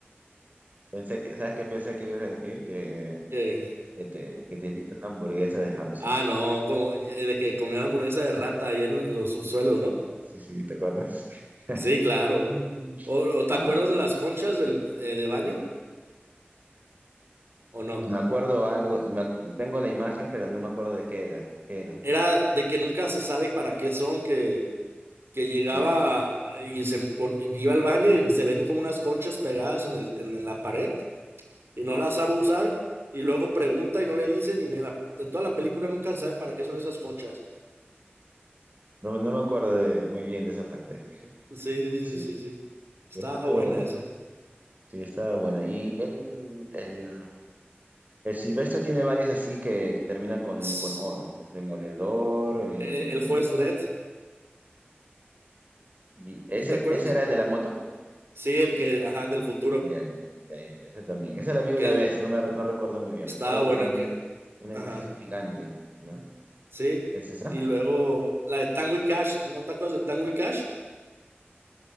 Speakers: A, on the right; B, on the right.
A: Pensé que, ¿sabes qué pensé que ibas a decir? Que,
B: <laughs> Que-
A: que te, que te hiciste una hamburguesa de hámster.
B: Ah, no, como eh, de que comían hamburguesa de rata ahí en en los subsuelos, ¿no?
A: Sí, sí, ¿te acuerdas? <laughs>
B: Sí, claro.
A: mm.
B: ¿O, o te
A: Ah,
B: acuerdas de las conchas del, eh, de baño o no?
A: me acuerdo algo, me ac- tengo la imagen, pero no me acuerdo de qué era, qué era.
B: Era de que nunca se sabe para qué son, que, que llegaba
A: Ah,
B: y se pon- iba al baño y se ven como unas conchas pegadas en el, en la pared y no las sabe usar y luego pregunta y no le dicen y ni en, la- en toda la película nunca se sabe para qué son esas conchas.
A: no, no me acuerdo de- muy bien de esa parte.
B: Sí, sí,
A: Sí,
B: sí, sí, sí. Estaba
A: eso estuvo,
B: buena esa.
A: sí, estaba buena. Y el el, El Silvestre tiene varias así que terminan con,
B: S-
A: con O, ¿no? Demoledor, el...
B: eh, El juez Dredd,
A: y ese,
B: ¿sí ¿te acuerdas?
A: ese era el de la moto.
B: Sí, el que, ajá, del futuro,
A: Ya, ya, ya, ya, ese también. Esa la vi una
B: que
A: vez, no me no recuerdo muy bien.
B: estaba
A: Recuerdo
B: buena,
A: que era un,
B: que,
A: un
B: ajá.
A: edificio gigante, ¿no?
B: Sí,
A: ¿Es esa?
B: y luego la de Tango y Cash, ¿no te acuerdas de Tango y Cash?